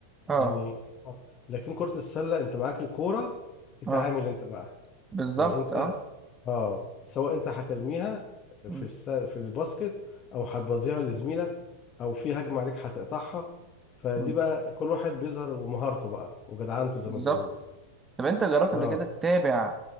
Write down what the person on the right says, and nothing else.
اه
اه
بالظبط
اه
مم.
مم.
بالظبط
طب انت جربت
قبل كده تتابع